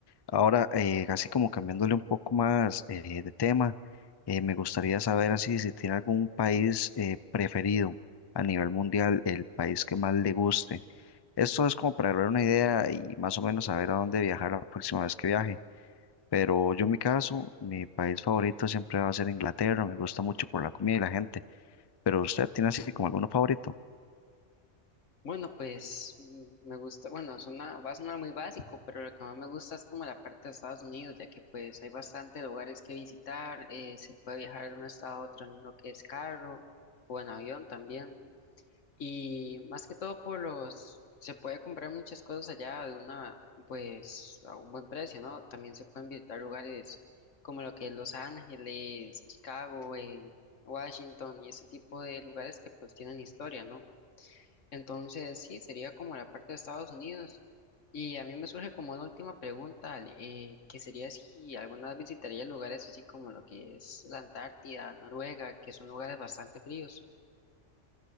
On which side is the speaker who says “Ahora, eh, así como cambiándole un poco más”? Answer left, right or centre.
Left